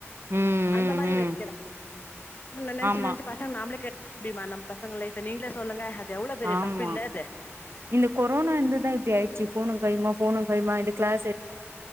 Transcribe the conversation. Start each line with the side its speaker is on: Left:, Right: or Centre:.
Right: ம்
Left: அந்த
Right: ம்
Left: மாரி
Right: ம்
Left: நெனைக்கிற நெனைச்சி
Right: ஆமா
Left: நெனைச்சி பசங்க நாமளே கெடுக்க முடியுமா நம்ம பசங்க லைஃப்ப நீங்களே சொல்லுங்க எவ்ளோ பெரிய
Right: ஆமா
Left: தப்பு இல்ல அது
Right: இந்த கொரோனா இருந்துதா இப்படி ஆயிடுச்சி ஃபோனு கையுமா ஃபோனு கையுமா இது க்ளாஸ் எடு